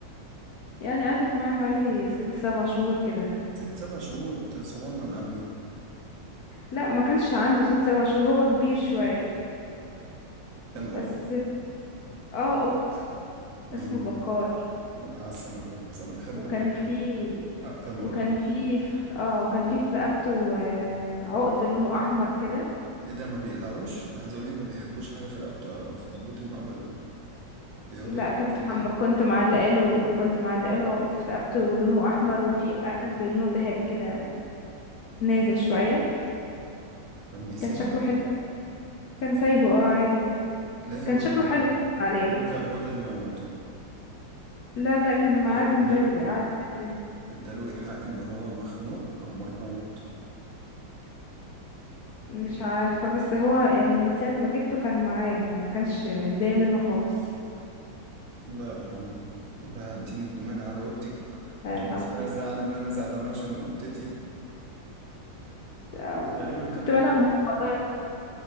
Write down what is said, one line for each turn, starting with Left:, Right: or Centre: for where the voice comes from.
Left: يعني قعدت معايا حوالي ست سبع شهور كده
Right: ست سبع شهور انت صغنن قوي
Left: لا ما كانش عنده ست سبع شهور هو كبير شوية
Right: كان
Left: بس
Right: قط
Left: اه قط
Right: مم.
Left: اسمه بكار
Right: عسل القط انا بحب
Left: وكان
Right: القط
Left: في
Right: اكتر من
Left: وكان
Right: القط
Left: في اه وكان في في رقبته آه، عقد لونه احمر كده
Right: ايه ده ما بيقلعوش ده عايز اقول لك ما بيحبوش حاجة في رقبته في رقبتهم ابدا بيقعدوا
Left: لا
Right: يلعبوا
Left: كنت
Right: فيها
Left: حم...
Right: كده
Left: كنت معلقه له كنت معلقه له عقد في رقبته لونه احمر وفي قلب لونه ذهبي كده نازل شويه
Right: كان بيسيب
Left: كان شكله حلو كان سايبه اه عادي جدا
Right: تلاقي هو
Left: كان شكله
Right: ده-
Left: حلو عليه
Right: هو ده هو ده اللي موته
Left: لا لا كان معاه
Right: ده
Left: من
Right: اداله
Left: بدري قعد بدري
Right: اداله الحق ان هو مخنوق او مربوط
Left: مش عارفة بس هو يعني من ساعة ما جبته كان معاه ما كانش متضايق منه خالص
Right: الله يرحمه زعلتيني كمان على اوضتك
Left: الله
Right: مش
Left: يرحمه
Right: بس بقى الزعل اللي انا زعلانه عشان اوضتتي
Left: آه،
Right: غالبا
Left: كنت
Right: كان
Left: بلعب
Right: اوضتك
Left: معاها والله